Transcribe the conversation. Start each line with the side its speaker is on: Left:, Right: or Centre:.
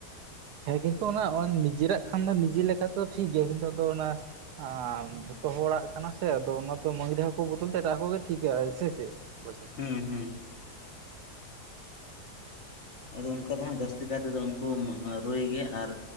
Right: ᱦᱮᱸ ᱠᱤᱱᱛᱩ ᱚᱱᱟ ᱱᱤᱡᱮᱹᱨᱟᱜ ᱠᱷᱟᱱ ᱫᱚ ᱱᱤᱡᱮᱹ ᱞᱮᱠᱟ ᱛᱚ ᱴᱷᱤᱠ ᱜᱮᱭᱟ ᱠᱤᱱᱛᱩ ᱟᱫᱚ ᱚᱱᱟ ᱟᱨ ᱡᱷᱚᱛᱚ ᱦᱚᱲᱟᱜ ᱠᱟᱱᱟ ᱥᱮ ᱟᱫᱚ ᱚᱱᱟ ᱫᱚ ᱢᱟᱺᱜᱨᱤ ᱦᱟᱹᱠᱳ ᱵᱚᱫᱚᱞ ᱛᱮ ᱮᱴᱟᱜ ᱦᱟᱹᱠᱳ ᱜᱮ ᱴᱷᱤᱠ ᱜᱮᱭᱟ ᱥᱮ ᱪᱮᱫ <unintelligible>
Left: ᱦᱮᱸ ᱦᱩᱸ ᱟᱫᱚ ᱚᱱᱠᱟ ᱫᱚ ᱦᱟᱸᱜ ᱡᱟᱹᱥᱛᱤ ᱠᱟᱭ ᱛᱮᱫᱚ ᱩᱱᱠᱩ ᱢᱟᱜ ᱨᱩᱭ ᱜᱮ ᱟᱨ